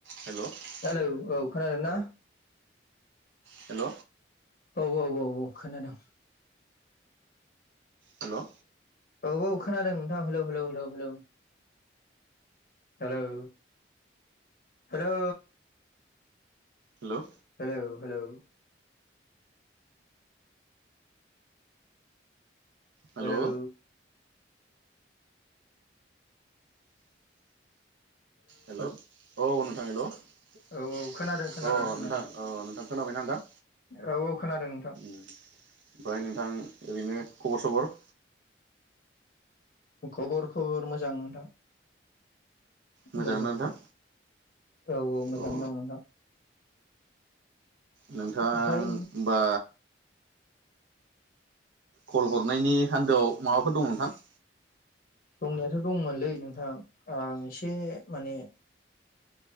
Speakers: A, on the right; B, on the left.
A: <inaudible> हेल हेल'
B: hello औ खोनादों ना
A: हेल
B: औ औ औ औ खोनादों।
A: हेलो।
B: औ‌ औ खोनादों नोंथां hello hello hello hello hello hello.
A: Hello
B: hello hello
A: hello
B: hello
A: hello औ नोंथां हेलौ अ
B: औ औ खोनादों खोनादों खोनादों
A: नोंथां अ नोंथां खोनाबायना नोंथां
B: औ औ खोनादों नोंथां
A: ओमफ्राय नोंथां ओरैनो खबर सबर
B: खबर खबर मोजां नोंथां।
A: मोजांना
B: मोजाङै
A: नोंथां
B: दं औ औ मोजाङै
A: अ
B: दं नोंथां। <inaudible>
A: नोंथाङा
B: ओमफ्राय
A: ओमबा कल हरनायनि आन्दोआव माबाफोर दं नोंथां?
B: दंनायाथ दंमोनलै नोंथां आं एसे माने